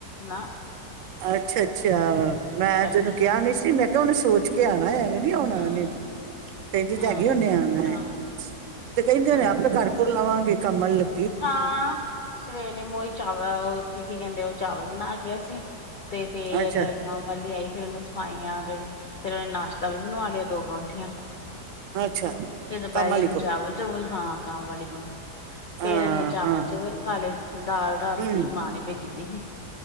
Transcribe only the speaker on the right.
ਅੱਛਾ-ਅੱਛਿਆ ਮੈਂ
ਤੈਨੂੰ ਕਿਆ
ਨੀ ਸੀ ਮੈਂ ਕਿਆ ਓਨੇ ਸੋਚ ਕੇ ਆਨਾ ਐਵੇਂ ਨੀ ਔਨਾ
ਓਨੇ ਕੈਂਦੀ ਤਾ
ਹੈਗੀ ਓਨੇ ਆਨੈ
ਤੇ ਕੈਂਦੇ
ਨੇ ਆਪੇ ਘਰ- ਘੁਰ ਲਵਾਂਗੇ ਕੰਮ ਆਲੀ ਲੱ
ਅੱਛਾ
ਅੱਛਾ।
ਕੰਮ ਵਾਲੀ
ਕੋਲ
ਹਾਂ
ਹਾਂ
ਹੂੰ